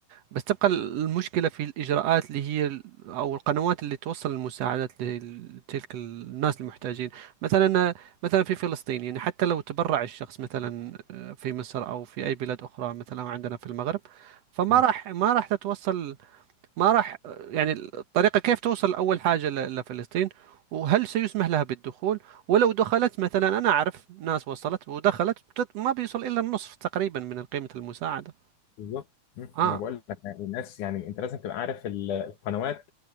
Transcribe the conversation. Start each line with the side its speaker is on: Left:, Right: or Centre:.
Right: بس تبقى المشكلة في الإجراءات اللي هي ال- أو القنوات اللي توصل المساعدات لتلك الناس المحتاجين مثلا مثلا في فلسطين يعني حتى لو تبرع الشخص مثلا آه، في مصر أو في أي بلاد أخرى مثلا عندنا في المغرب فما
Left: مهم.
Right: راح ما راح تتوصل ما راح يعني الطريقة كيف توصل أول حاجة ل- لفلسطين وهل سيسمح لها بالدخول ولو دخلت مثلا أنا أعرف ناس وصلت ودخلت تت- ما بيوصل إلا النصف تقريبا من قيمة المساعدة
Left: بالظبط مهم.
Right: آه
Left: ما انا بقول لك يعني الناس يعني انت لازم تبقى عارف ال- القنوات